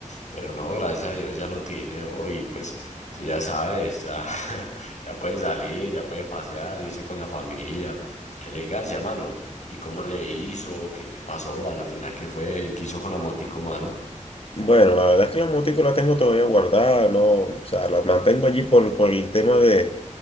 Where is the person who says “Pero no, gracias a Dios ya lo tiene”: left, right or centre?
Left